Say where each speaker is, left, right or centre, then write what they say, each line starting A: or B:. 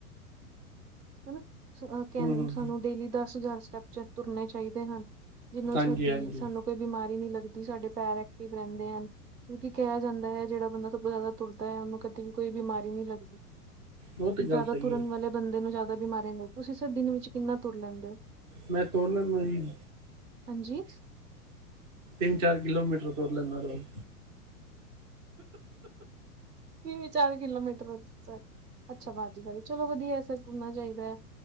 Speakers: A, on the right; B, on the right.
A: ਹਨ, ਕ
B: ਹੂੰ ਹੂੰ
A: ਸਾਨੂੰ ਡੇਲੀ ਦਸ ਹਜ਼ਾਰ ਸਟੈਪ ਚ ਤੁਰਨੇ ਚਾਹੀਦੇ ਹਨ, ਜਿਹਨੂੰ
B: ਹਾਂਜੀ
A: ਸਾਡੀ
B: ਹਾਂਜੀ
A: ਸਾਨੂੰ ਕੋਈ ਬਿਮਾਰੀ ਨਹੀਂ ਲੱਗਦੀ, ਸਾਡੇ ਪੈਰ ਐਕਟਿਵ ਰੈਂਦੇ ਹਨ। ਕਿਉਕਿ ਕਿਹਾ ਜਾਂਦਾ ਹੈ, ਜਿਹੜਾ ਬੰਦਾ ਸ ਜ਼ਿਆਦਾ ਤੁਰਦਾ ਹੈ, ਉਹਨੂੰ ਕਦੇ ਵੀ ਕੋਈ ਬਿਮਾਰੀ ਨਹੀਂ ਲੱਗਦੀ।
B: ਉਹ ਤਾਂ
A: ਜ਼ਿਆਦਾ
B: ਗੱਲ ਸਹੀ
A: ਤੁਰਨ
B: ਹੈ
A: ਵਾਲੇ ਬੰਦੇ ਨੂੰ ਜ਼ਿਆਦਾ ਬਿਮਾਰੀ ਨਹੀਂ, ਤੁਸੀਂ ਦਿਨ ਵਿੱਚ ਕਿੰਨਾ ਤੁਰ ਲੈਂਦੇ ਹੋ।
B: ਮੈਂ ਤੁਹਾਨੂੰ ਵੈਰੀ।
A: ਹਾਂਜੀ
B: ਤਿੰਨ ਚਾਰ ਕਿਲੋਮੀਟਰ ਤੁਰ ਲੈਨਾ ਹੈ ਰੋਜ਼।
A: ਤਿੰਨ ਚਾਰ ਕਿਲੋਮੀਟਰ ਸਰ ਅੱਛਾ ਵਾਧ ਵ ਚਲੋ ਵਧੀਆ ਸਰ ਤੁਰਨਾਂ ਚਾਹੀਦਾ।